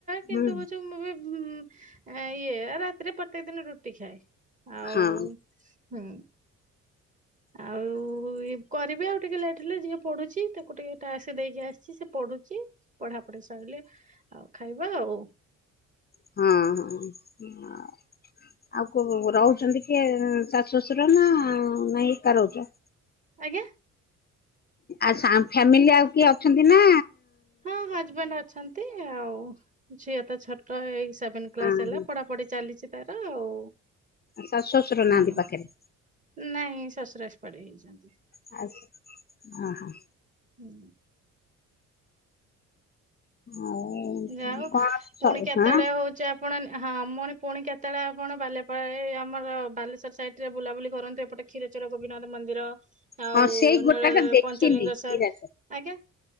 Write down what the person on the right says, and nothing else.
କିନ୍ତୁ
କଉଛ ମୁଁ ବି ହୁଁ ଉମ୍ ଇଏ ରାତିରେ ପ୍ରତ୍ୟେକ ଦିନ ରୁଟି ଖାଏ ଆଉ
ହୁଁ ଆଉ କରିବି ଆଉ ଟିକେ ଲେଟ୍ ହେଲେ ଝିଅ ପଡ଼ୁଚି। ତକୁ ଟିକେ ଟାକ୍ସ ଦେଇକି ଆସିଚି ସେ ପଡୁଚି ପଢାପଢି ସରିଲେ ଆଉ ଖାଇବା ଆଉ।
ଆଜ୍ଞା!
ହଁ ହଜବେଣ୍ଡ ଅଛନ୍ତି ଆଉ ଝିଅ ତ ଛୋଟ ଏଇ ସେଭେନ୍ କ୍ଲାସ
ହେଲା ପଢା ପଡି ଚାଲିଚି ତାର ଆଉ।
ହୁଁ
ନାଇଁ ଶଶୁର <unintelligible> ହେଇଚନ୍ତି।
ହୁଁ।
ଯା ହଉ
ପୁଣି କେତେବେଳେ
ହଉଚ ଆପ୍ ପଣ ହଁ <unintelligible> ପୁଣି କେତେବେଳେ ଆପଣ ବାଲପାଳ ଆମର ବାଲେଶ୍ୱର ସାଇଡ଼ରେ ବୁଲାବୁଲି କରନ୍ତୁ ଏପଟେ କ୍ଷୀରଚର ଗୋପିନାଥ ମନ୍ଦିର। ଆଉ
ନୀଳ
ପଞ୍ଚଲିଙ୍ଗେଶ୍ଵର
ଆଜ୍ଞା